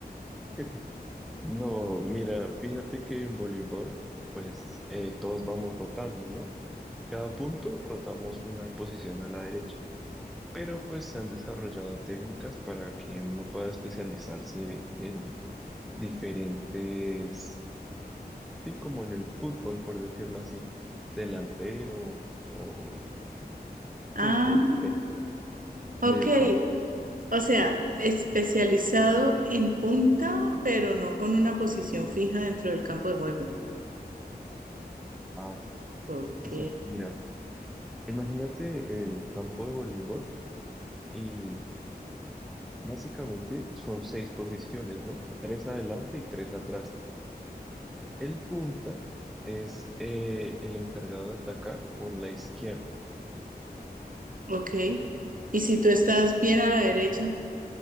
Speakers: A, in the centre; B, on the right.
A: <laughs> No, mira, fíjate que en voleibol, pues eh, todos vamos rotando, ¿no? Cada punto rotamos una posición a la derecha. pero pues se han desarrollado técnicas para que uno pueda especializarse en diferentes, sí, como en el fútbol, por decirlo así, delantero o,
B: Ah,
A: sí, portero,
B: ok.
A: mediocampista.
B: O sea, especializado en punta, pero no con una posición fija dentro del campo de juego.
A: Ah,
B: Ok,
A: Exacto, mira, imagínate el campo de voleibol y básicamente son seis posiciones, ¿no? Tres adelante y tres atrás. El punta es eh, el encargado de atacar por la izquierda
B: ok. ¿Y si tú estás bien a la derecha,